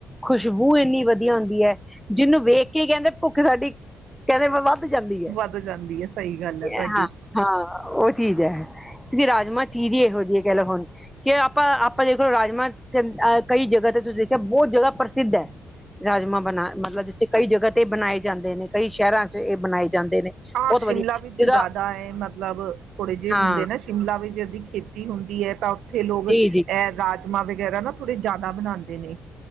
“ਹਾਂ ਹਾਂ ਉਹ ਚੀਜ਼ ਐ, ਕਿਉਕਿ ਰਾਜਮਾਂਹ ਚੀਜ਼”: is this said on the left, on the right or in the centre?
Centre